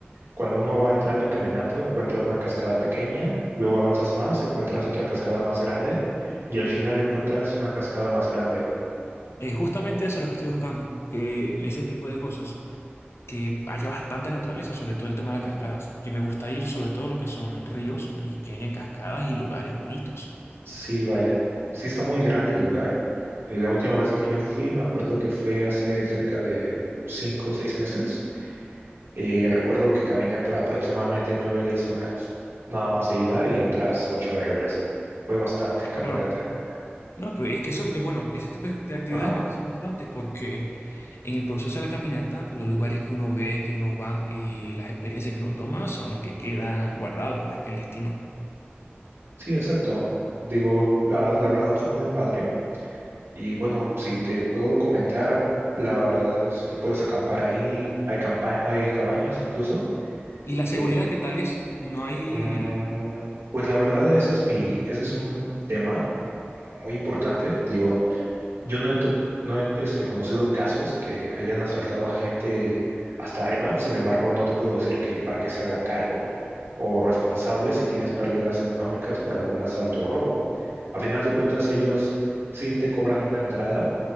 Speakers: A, on the right; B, on the left.
A: cuando uno va entrando y caminando, encuentra una cascada pequeña, luego avanzas más, encuentras otra cascada más grande y al final encuentras una cascada más grande. o-
B: Eh, justamente eso es lo que estoy buscando, que ese tipo de cosas, que haya bastante naturaleza, sobre todo el tema de
A: Ujú.
B: las cascadas, que me gusta ir sobre todo lo que son ríos y que hayan cascadas y lugares bonitos.
A: Sí, vaya, sí está muy grande el lugar. Eh, La última vez que yo fui, me acuerdo que fue hace cerca de cinco o seis meses Eh, recuerdo que caminé por aproximadamente nueve diez horas, nada más de ida y otras 8 de regreso. Fue bastante caminata.
B: Ah, perdón, No, pero es que eso, eh, bueno, ese tipo de actividades
A: Ajá.
B: me gustan bastante porque en el proceso de la caminata, los lugares que uno ve, que uno va y las experiencias que uno toma son los que quedan guardados más que el destino.
A: Sí, exacto. Digo, la, la verdad fue muy padre. Y bueno, si te puedo comentar, la verdad es te puedes acampar ahí. Hay, campa- hay cabañas incluso
B: Y la
A: que,
B: seguridad que tal es, no hay,
A: mm, pues la verdad, ese es mi, ese es un tema muy importante. Digo, Yo no he, to- no he este, conocido casos que hayan asaltado a gente hasta arriba, sin embargo, no te puedo decir que el parque se haga cargo o responsable si tienes pérdidas económicas por algún asalto o robo. A final de cuentas, ellos sí te cobran una entrada,